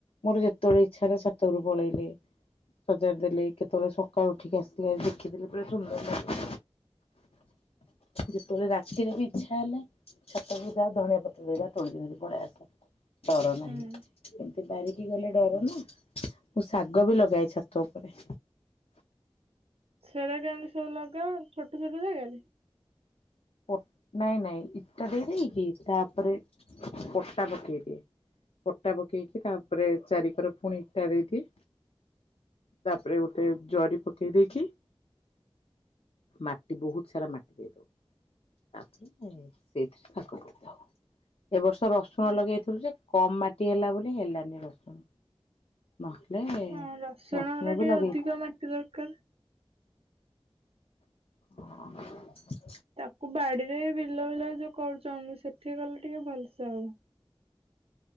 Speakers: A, on the left; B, on the right.
A: ମୋର ଯେତେବେଳେ ଇଚ୍ଛା ହେଲା ଛାତ ଉପରକୁ ପଳେଇଲି। ସଜାଡିଦେଲି କେତେବେଳେ ସକାଳୁ ଉଠିକି ଆସିଲେ ଦେଖିଦେଲି ପୁରା ସୁନ୍ଦର ଲାଗେ। ଯେତେବେଳେ ରାତିରେ ବି ଇଚ୍ଛା ହେଲେ। ଛାତ ଉପରକୁ ଯାଏ ଧନଆ ପତ୍ର ଦିଟା ତୋଳିକି ଧରି ପଳେଇ ଆସେ ଡର ନାହିଁ।
B: ହୁଁ।
A: ବାରିକି ଗଲେ ଡର ନା ମୁଁ ଶାଗ ବି ଲଗାଏ ଛାତ ଉପରେ।
B: ସେରା କେମିତି ସବୁ ଲଗାଅ ଛୋଟ ଛୋଟ ଜାଗାରେ?
A: ପ ନାଇଁ ନାଇଁ ଇଟା ଦେଇଦେଇକି ତାପରେ ପଟା ପକେଇଦିଏ। ପଟା ପକେଇକି ତାପରେ ଚାରିିକର ପୁଣି ଇଟା ଦେଇଦିଏ। ତାପରେ ଗୋଟେ ଜରି ପକେଇ ଦେଇକି। ମାଟି ବହୁତ ସାରା ମାଟି ଦେଇ ତାପରେ ସେଇଥିରେ ତାକୁ ପୋତି ଦଉ। ଏ ବର୍ଷ ରସୁଣ
B: ହଁ
A: ଲଗେଇଥିଲୁ ଯେ କମ ମାଟି ହେଲା ବୋଲି ହେଲାନି ରସୁଣ। ନହେଲେ
B: ହଁ ରସୁଣର
A: ରସୁଣ
B: ଟିକେ
A: ବି ଲଗେଇଥିଲୁ।
B: ଅଧିକ ମାଟି ଦରକାର।
A: ଓ।
B: ତାକୁ ବାଡିରେ ବିଲ ବିଲ ଯୋଉ କରୁଛନ୍ତି ସେଠି ଗଲେ ଟିକେ ଭଲସେ ହବ।